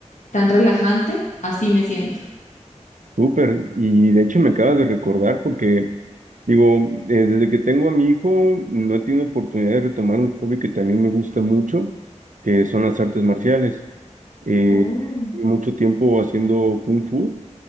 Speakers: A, on the left; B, on the right.
A: tan relajante, así me siento.
B: Súper, y de hecho me acabas de recordar porque, digo, eh, desde que tengo a mi hijo, no he tenido oportunidad de retomar un hobby que también me gusta mucho, que son las artes marciales. Eh,
A: Oh,
B: llevo mucho tiempo haciendo kung fu